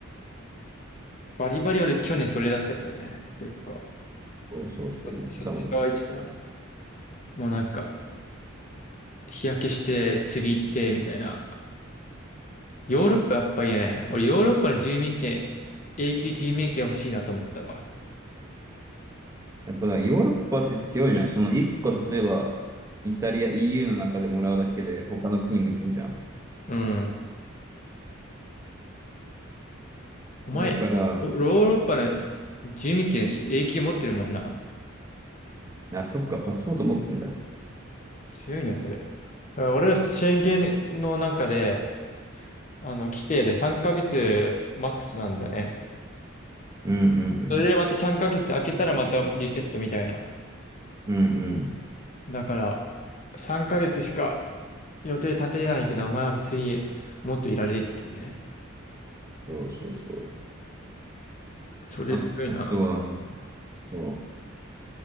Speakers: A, on the left (about 35°); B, on the right (about 15°).
A: バリバリ俺去年それだったからね。結構、
B: そうそうそう言ってたもんな。
A: しょっちゅう乾いてた。もうなんか、日焼けして釣り行ってみたいな。ヨーロッパやっぱりね、俺ヨーロッパの住民権、永久住民権欲しいなと思ったわ。
B: やっぱだ、ヨーロッパって強いじゃん。その一個、例えば、イタリア、EU の中でもらうだけで、他の国も行けんじゃん。
A: うん。お前、
B: だから、
A: ヨーロッパの住民権永久持ってるもんな。
B: あ、そっか、パスポート持ってんだ。
A: 強いな、それ。俺は宣言のなんかで、あの、規定で3ヶ月マックスなんだよね。
B: うんうんうん。
A: それでまた3ヶ月空けたらまたリセットみたいな。
B: うんうん。
A: だから、3ヶ月しか予定立てれないけど、お前は普通にもっといられるっていうね。
B: そうそうそ
A: それ強いな。
B: う。あ、あとは、ね、そ